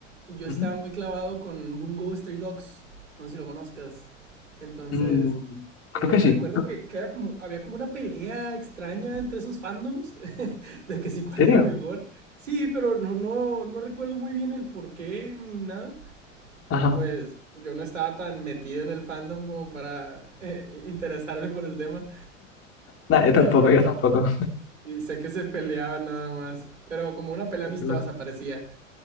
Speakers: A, on the right (about 80°); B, on the left (about 35°).
A: yo estaba
B: Ujú.
A: muy clavado con Bungo Stray Dogs. No sé si lo conozcas. Entonces,
B: Mm, creo
A: Eh,
B: que sí.
A: recuerdo que, que era como, había como una pelea extraña entre esos fandoms <laughs> de que si cuál
B: ¿En serio?
A: era mejor. Sí, pero no, no, no recuerdo muy bien el por qué ni nada.
B: Ajá.
A: Y pues yo no estaba tan metido en el fandom como para eh, interesarme por el tema.
B: No, yo tampoco,
A: Entonces,
B: yo tampoco.
A: y sé que se peleaban nada más, pero como una pelea
B: Sí,
A: amistosa
B: qué loco.
A: parecía.